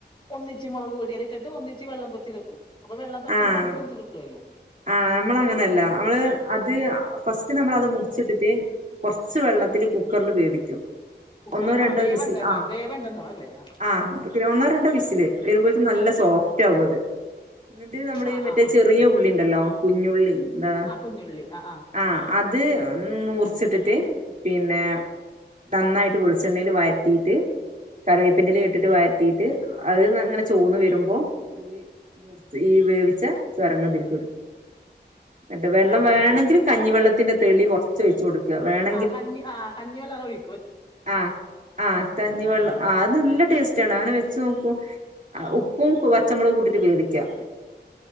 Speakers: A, on the left (about 30°); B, on the right (about 45°).
A: ഒന്നിച്ച് മുളക് പൊടിയിട്ട് എല്ലാം ഇട്ടിട്ടു ഒന്നിച്ച് വെള്ളം പൊത്തി വെക്കും അപ്പ വെള്ളം വറ്റുമ്പോ
B: ആഹ്
A: അത് വെന്തു കിട്ടുമല്ലോ
B: ആഹ് നമ്മളങ്ങനെല്ല നമ്മള് അത് ഫസ്റ്റ് നമ്മൾ അത് മുറിച്ചിട്ടിട്ട് കുറച്ച് വെള്ളത്തിൽ കുക്കറിൽ വേവിക്കും
A: കുക്കറിൽ
B: ഒന്നോ രണ്ടോ
A: ആഹ് വേവണ്ടപ്പ
B: വിസിൽ ആഹ്
A: വേവണ്ടെന്നോ അല്ലേ ആഹ്
B: ആഹ് ഒന്നോ രണ്ടോ വിസില് വരുമ്പോഴേക്കും നല്ല സോഫ്റ്റ് ആകും അത് എന്നിട്ട് നമ്മള്
A: ആ
B: മറ്റേ
A: ആ ആ
B: ചെറിയ ഉള്ളി ഉണ്ടല്ലോ കുഞ്ഞുള്ളി എന്താ
A: ആഹ് കുഞ്ഞുള്ളി ആഹ് ആഹ്
B: ആഹ് അത് മുറിച്ചിട്ടിട്ട് പിന്നെ നന്നായിട്ട് വെളിച്ചെണ്ണേല് വഴറ്റീട്ട് കറിവേപ്പിൻന്റെല ഇട്ടിട്ട് വഴറ്റീട്ട് അത് അങ്ങനെ ചോന്നു വരുമ്പോ ഈ മൂർ ഈ വേവിച്ച ചുരങ്ങ ഇതിൽക്കിടും ന്നട്ട് വെള്ളം
A: ആ
B: വേണങ്കിൽ
A: ആ
B: കഞ്ഞിവെള്ളത്തിന്റെ തെളി കൊറച്ചൊഴിച്ച് കൊടുക്ക വേണ
A: ആഹ് കഞ്ഞി ആഹ് കഞ്ഞിവെള്ളറോഴി
B: ആഹ് ആഹ് കഞ്ഞിവെള്ളം
A: കഞ്ഞിവെള്ളത്തിന്റെ
B: അഹ് നല്ല ടേസ് റ്റാണ്. അങ്ങനെ വെച്ച് നോക്കൂ. ആഹ് ഉപ്പും പച്ചമൊളകൂട്ടിട്ട് വേവിക്കാ.